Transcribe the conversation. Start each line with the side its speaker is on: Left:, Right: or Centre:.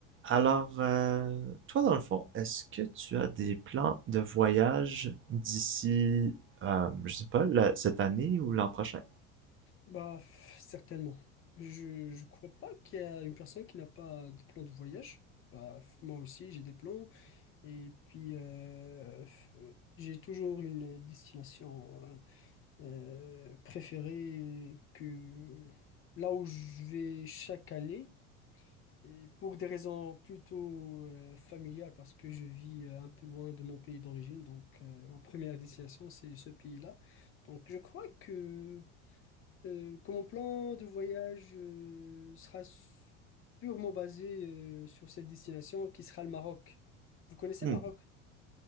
Right: Alors, euh, toi, dans le fond, est-ce que tu as des plans de voyage d'ici, euh, je sais pas, la- cette année ou l'an prochain?
Left: Bah, pff, certainement. Je, je crois pas qu'il y a une personne qui n'a pas des plans de voyage. Bah, pff, moi aussi, j'ai des plans. Et puis, euh, pff, euh, j'ai toujours une destination euh, euh, préférée que là où je vais chaque année. Et pour des raisons plutôt euh, familiales, parce que je vis euh, un peu loin de mon pays d'origine. Donc, euh, ma première destination, c'est ce pays-là. Donc, je crois que. Euh, que mon plan de voyage euh, sera s- purement basé euh, sur cette destination qui sera le Maroc. Vous connaissez
Right: Hmm.
Left: le Maroc?